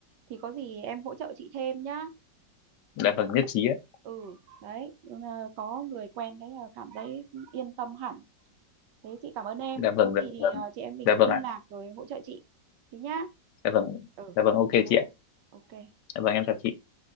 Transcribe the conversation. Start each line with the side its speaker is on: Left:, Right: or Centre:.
Right: thì có gì em hỗ trợ chị thêm nhá
Left: dạ vâng nhất trí ạ
Right: ừ đấy ừ, ờ, có người quen cái là cảm thấy yên tâm hẳn thế chị cảm ơn em
Left: dạ vâng
Right: có gì
Left: dạ
Right: thì
Left: vâng
Right: ờ, chị em mình
Left: dạ
Right: giữ
Left: vâng
Right: liên
Left: ạ
Right: lạc rồi em hỗ trợ chị thế nhá
Left: dạ vâng
Right: ừ
Left: dạ vâng ok
Right: chị chào
Left: chị
Right: em
Left: ạ
Right: ok
Left: dạ vâng em chào chị